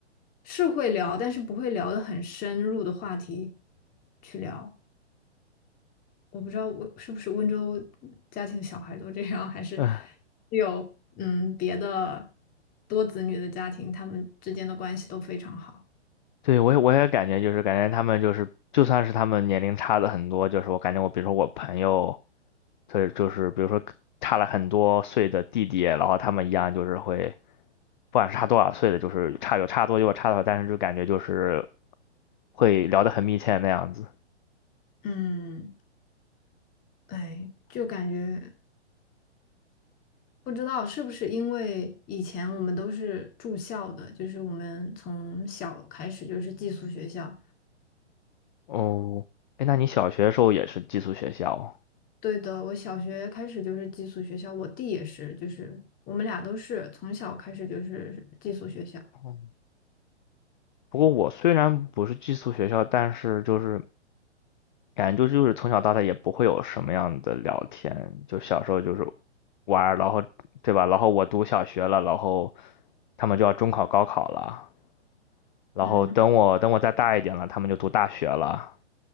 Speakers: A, on the left (about 25°); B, on the left (about 45°).
A: 是会聊，但是不会聊的很深入的话题去聊。我不知道温是不是温州家庭小孩都这样，还是
B: 唉
A: 只有嗯别的多子女的家庭，他们之间的关系都非常好。
B: 对，我也我也感觉就是感觉他们就是就算是他们年龄差的很多，就是我感觉我比如说我朋友，对，就是比如说差了很多岁的弟弟，然后他们一样就是会，不管是差多少岁的，就是差有差多有差少，但是就感觉就是会聊得很密切那样子。
A: 嗯，哎，就感觉不知道是不是因为以前我们都是住校的，就是我们从小开始就是寄宿学校。
B: 哦，哎，那你小学的时候也是寄宿学校？
A: 对的，我小学开始就是寄宿学校，我弟也是，就是我们俩都是从小开始就是寄宿学校。
B: 哦，不过我虽然不是寄宿学校，但是就是感觉就就是从小到大也不会有什么样的聊天，就小时候就是玩儿，然后对吧？然后我读小学了，然后他们就要中考、高考了，然后等我等我再大一点了，
A: 嗯，
B: 他们就读大学了，